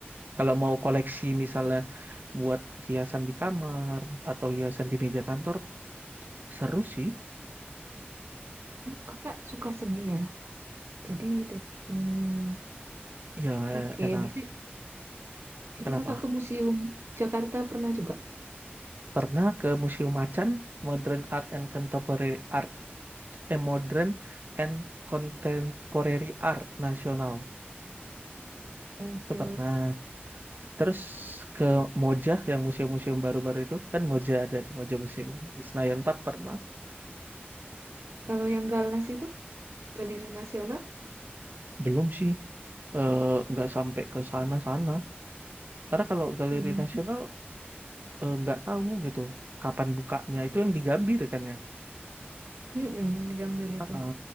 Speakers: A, on the right (about 50°); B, on the right (about 75°).
A: Kalau mau koleksi misalnya buat hiasan di kamar atau hiasan di meja kantor, seru sih.
B: Oh, kakak suka seni ya? Jadi, dat- hmm,
A: Iya,
B: oke.
A: enak.
B: Berarti, berarti
A: Kenapa?
B: kakak ke Museum Jakarta pernah juga?
A: Pernah ke Museum Macan, Modern Art and Contemporary Art, eh, Modern and Contemporary Art Nasional.
B: itu
A: Itu pernah. Terus ke Moja, yang museum-museum baru-baru itu. Kan Moja ada tuh, Moja Museum. Di Senayan Park pernah.
B: kalau yang Galnas itu, Galeri Nasional,
A: Belum sih, eh, nggak sampai ke sana-sana. Karena kalau Galeri
B: Hmm.
A: Nasional eh, nggak tahu gitu kapan bukanya. Itu yang di Gambir kan ya.
B: mm di Gambir
A: Heeh.
B: itu.